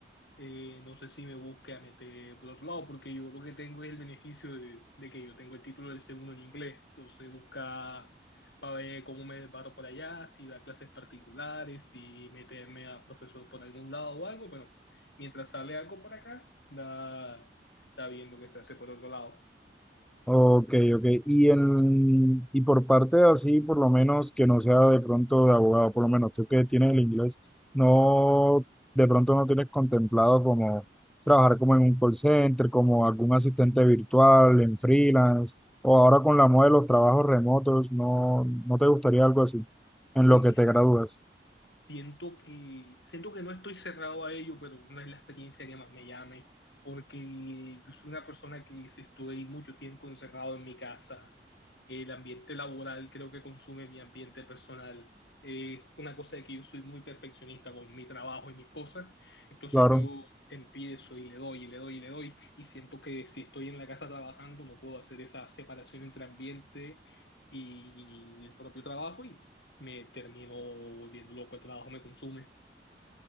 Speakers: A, on the left; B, in the centre.
A: Eh, no sé si me busque a meter por otro lado, porque yo lo que tengo es el beneficio de, de que yo tengo el título del segundo en inglés. Entonces, busca para ver cómo me paro por allá, si da clases particulares, si meterme a profesor por algún lado o algo, pero mientras sale algo por acá, da, está viendo que se hace por otro lado.
B: ok, ok. Y, en, y por parte de así, por lo menos que no sea de pronto de abogado, por lo menos tú que tienes el inglés, no, de pronto no tienes contemplado como trabajar como en un call center, como algún asistente virtual, en freelance, o ahora con la moda de los trabajos remotos, no, no te gustaría algo así, en
A: Y
B: lo que te gradúas,
A: Siento que, siento que no estoy cerrado a ello, pero no es la experiencia que más me llame, porque yo soy una persona que si estoy mucho tiempo encerrado en mi casa, el ambiente laboral creo que consume mi ambiente personal. Es una cosa de que yo soy muy perfeccionista con mi trabajo y mis cosas, entonces
B: claro.
A: yo empiezo y le doy y le doy y le doy, y siento que si estoy en la casa trabajando no puedo hacer esa separación entre ambiente y el propio trabajo y me termino volviendo loco, el trabajo me consume.